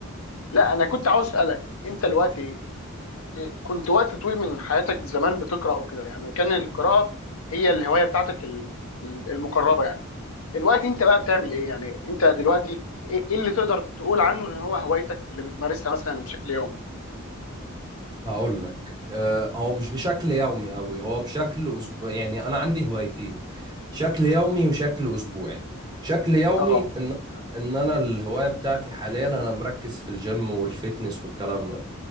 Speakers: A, on the left (about 80°); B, on the right (about 20°).
A: لا انا كنت عاوز اسالك انت دلوقتي إيه، كنت وقت طويل من حياتك زمان بتقرا وكده يعني كان القراءه هي الهوايه بتاعتك ال- ال- المقربه يعني دلوقتي انت بقى بتعمل ايه يعني انت دلوقتي ايه إيه اللي تقدر تقول عنه ان هو هوايتك اللي بتمارسها مثلا بشكل يومي
B: هقول لك آه، هو مش بشكل يومي قوي هو بشكل أسبوع يعني انا عندي هوايتين شكل يومي وشكل اسبوعي شكل يومي
A: اه
B: ان ان انا الهوايه بتاعتي حاليا انا مركز في الجيم والفيتنس والكلام ده